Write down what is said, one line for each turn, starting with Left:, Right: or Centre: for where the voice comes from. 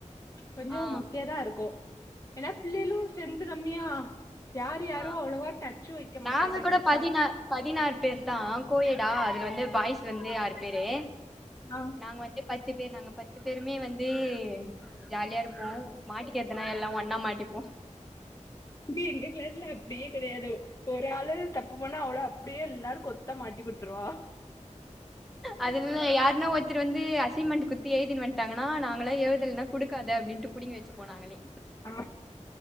Left: கொஞ்சோ
Centre: ஆ
Left: மொக்கயதா இருக்கு ஏன்னா பிள்ளைளு ஸ்ரேன்த் கம்மியா யாரு யாரூ
Centre: ஆ,
Left: அவ்ளோவா டச்சு வைக்க
Centre: நாங்க
Left: மாட்டாங்க
Centre: கூட
Left: கிளாஸ்ல
Centre: பதினா பதினார் பேர் தா கோயேடா அதல வந்து பாய்ஸ் வந்து ஆறு பேர்ரு
Left: ஆ
Centre: நாங்க வந்து பத்து பேர் நாங்க பத்து பேருமே வந்து ஜாலியா இருப்போ மாட்டிகிறத்துனா எல்லா ஒன்னா மாட்டிப்
Left: ங்கே எங்க கிளாஸ்ல அப்டியே கெடையாது ஒரு ஆள் தப்பு பண்ணா அவ்ளோ அப் அப்டியே எல்லாரு கொத்தா மாட்டி குடுத்துருவா
Centre: அதுல்ல யார்னா ஒர் தரு வந்து அசெமெண்டு குத்து எய்தினு வண்ட்டாங்கனா நாங்கள எழுதல்ன்னா குடுக்காத அப்டின்ட்டு புடுங்கி வச்ச போ நாங்களே
Left: ஆ